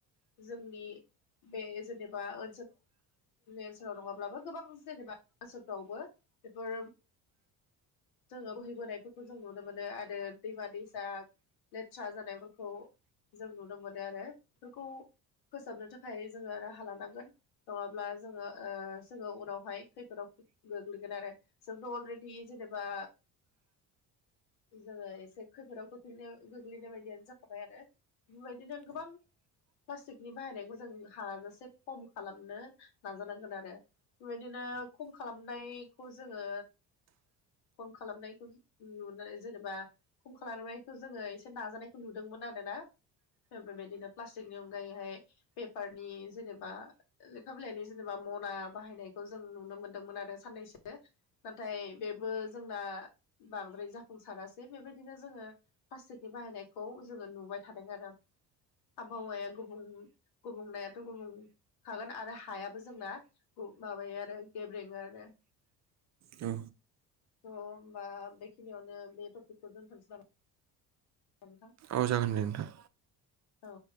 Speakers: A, on the left; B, on the right.
A: जोंनि बे जेनेबा जोंनि ओनसोलाव नङाब्लाबो गोबां जेनेबा बोसोरफ्रावबो बेफोर जोङो बोहैबोनायफोरखौ जों नुनो मोनो आरो दैमा दैसा लेथ्रा जानायफोरखौ जों नुनो मोनो आरो बेफोरखौ फोसाबनो थाखाय जोङो राहा लानांगोन नङाब्ला जोङो जोङो उनावहाय खैफोदाव गोग्लैगोन आरो जोंथ' अलरेडि जेनेबा जोङो एसे खैफोदाव खोख्लैनाय गोग्लैनाय बायदियानो जाखाबाय आरो बेबायदि बिदिनो गोबां प्लास्टिकनि बाहायनायखौ जों हाजासे खम खालामनो नाजानांगोन आरो! बेबायदिनो खम खालामनायखौ जोङो खम खालामनायखौ नुनानै जेनेबा खम खालामनायखौ जोङो एसे नाजानायखौ नुदोंमोन आरो ना बेबायदिनो प्लास्टिकनि अनगायैहाय पेपारनि जेनेबा लेखा बिलाइनि जेनेबा मना बाहायनायखौ जों नुनो मोनदोंमोन आरो साननैसो नाथाय बेबो जोंना बांद्राय जाफुंसारासै बेबायदिनो जोङो। प्लास्टिकनि बाहायनायखौ जोङो नुबाय थादों आरो। आबहावाया गुबुं गुबुंनायाथ' गुबुंखागोन आरो हाया। जोंना माबायो आरो गेब्रेेङो आरो।
B: औ।
A: थ' होमबा बेखिनियावनो बे टपिकखौ दोनथ'सै नामा नोंथां!
B: औ जागोन दे नोंथां।
A: औ।